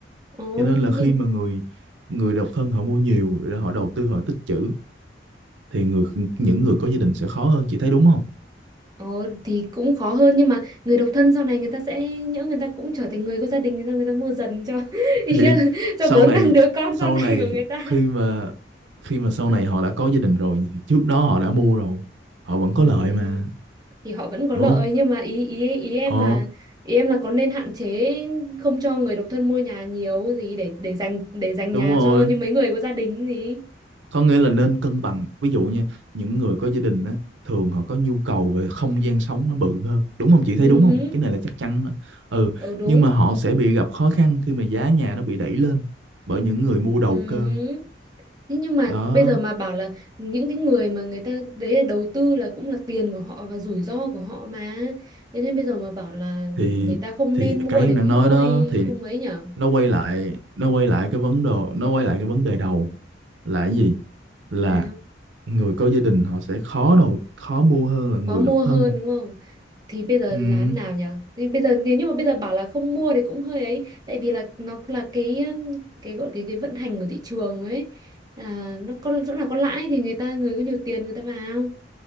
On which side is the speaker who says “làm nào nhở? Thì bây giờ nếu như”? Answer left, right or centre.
Right